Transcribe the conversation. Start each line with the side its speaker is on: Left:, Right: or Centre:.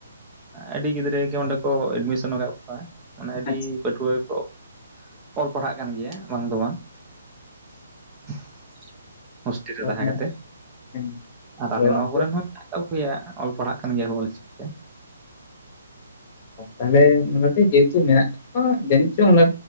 Right: ᱟᱹᱰᱤ ᱜᱤᱫᱽᱨᱟᱹ ᱜᱮ ᱚᱸᱰᱮ ᱠᱚ ᱮᱰᱢᱤᱥᱚᱱ ᱟᱠᱟᱫ ᱠᱚᱣᱟ᱾ ᱢᱟᱱᱮ ᱟᱹᱰᱤ
Left: ᱟᱪᱪᱷᱟ
Right: ᱯᱟᱹᱴᱷᱩᱣᱟᱹ ᱠᱚ ᱚᱞ ᱯᱟᱲᱦᱟᱜ ᱠᱟᱱ ᱜᱮᱭᱟ ᱵᱟᱝ ᱫᱚ ᱵᱟᱝ <inaudible> ᱦᱳᱥᱴᱮᱞ ᱨᱮ
Left: ᱚ
Right: ᱛᱟᱦᱮᱸ
Left: ᱦᱮᱸ
Right: ᱠᱟᱛᱮ
Left: ᱦᱮᱸ
Right: ᱟᱨ
Left: ᱟᱫᱚ
Right: ᱟᱞᱮ ᱱᱚᱣᱟ
Left: ᱟᱯᱮ
Right: ᱠᱚᱨᱮᱱ ᱦᱚᱸ ᱢᱮᱱᱟᱜ ᱛᱟ ᱭᱟᱜ ᱚᱞ ᱯᱟᱲᱦᱟᱜ ᱠᱟᱱ ᱜᱮᱭᱟ ᱠᱚ ᱚᱞ ᱪᱤᱠᱤ ᱛᱮ
Left: ᱛᱟᱦᱞᱮ ᱚᱱᱟ ᱡᱮᱦᱮᱛᱩ ᱢᱮᱱᱟᱜᱣᱟ ᱡᱟᱹᱱᱤᱥ ᱪᱚᱝ ᱚᱱᱟ